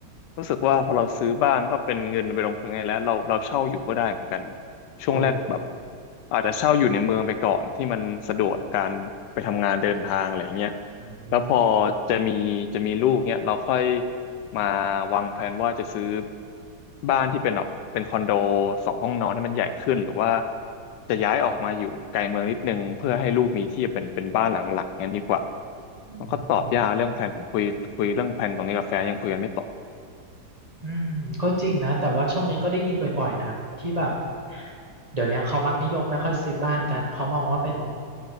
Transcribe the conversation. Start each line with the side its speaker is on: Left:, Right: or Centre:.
Left: รู้สึกว่าพอเราซื้อบ้านมก็เป็นเงินไปลงทุนไงแล้วเราเราเช่าอยู่ก็ได้เหมือนกัน
Right: ถูก
Left: ช่วงแรกแบบอาจจะเช่าอยู่ในเมืองไปก่อนที่มันสะดวกในการไปทำงานเดินทางอะไรอย่างเงี้ย
Right: อืม
Left: แล้วพอจะมีจะมีลูกเนี่ยเราค่อยมาวางแผนว่าจะซื้อบ้านที่เป็นแบบเป็นคอนโดสองห้องนอนให้มันใหญ่ขึ้นหรือว่าจะย้ายออกมาอยู่ไกลเมืองนิดนึงเพื่อให้ลูกมีที่เป็นเป็นบ้านหลังหลักงั้นดีกว่า
Right: อืมอืม
Left: มันก็ตอบยากเรื่องแผนผมคุยคุยเรื่องแผนตรงนี้กับแฟนยังคุยกันไม่ตก
Right: อืมก็จริงนะแต่ว่าช่วงนี้ก็ได้ยินบ่อยๆนะที่แบบเดี๋ยวนี้เขามักนิยมไม่ค่อยซื้อบ้านกันเขามองว่าเป็น